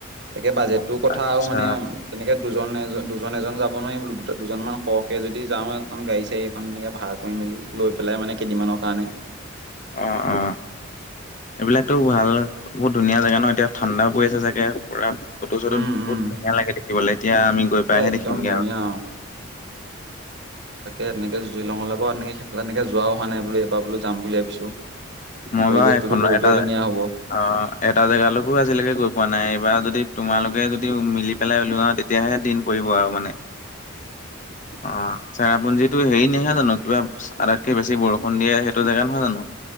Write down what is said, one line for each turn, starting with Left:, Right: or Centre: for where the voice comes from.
Right: তাকে বাজেটটোৰ কথা
Left: আচ্ছা
Right: আৰু মানে। তেনেকে দুজন এজন দুজন এজন যাব নোৱাৰি দু দুজনমান সৰহকে যদি যাওঁ এখন গাড়ী চাড়ী। এখন এনেকে ভাড়া কৰি মেলি লৈ পেলাই মানে কেইদিনমানৰ কাৰণে।
Left: অ অ এইবিলাকতো ভাল বহুত ধুনীয়া জেগা ন এতিয়া। ঠাণ্ডাও পৰি আছে চাগে পুৰা ফটো চটোত
Right: উম
Left: বহুত
Right: উম
Left: ধুনীয়া লাগে দেখিবলৈ এতিয়া আমি। গৈ পাই
Right: এ
Left: সে
Right: একদম
Left: দেখিমগে
Right: ধুনীয়া
Left: আও।
Right: অ তাকে এনেকে জিলঙলে বাও এ তেনেকে সেইফালে এনেকে যোৱাও হোৱা নাই বোলো এবাৰ বলো যাম বুলি ভাবিছো।
Left: মই
Right: পৰিৱেশটোতো
Left: বাৰু এখন
Right: বহুতেই
Left: এটা
Right: ধুনীয়া হ'ব।
Left: অ এটা জেগালৈকো আজিলৈকে গৈ পোৱা নাই এইবাৰ যদি তোমালোকে যদি মিলি পেলাই ওলোৱা তে- তেতিয়াহে দিন পৰিব আৰু মানে- অ চেৰাপুঞ্জীটো হেৰি নহয় জানো কিবা আটাইতকে বেছি বৰষুণ দিয়ে সেইটো জেগা নহয় জানো।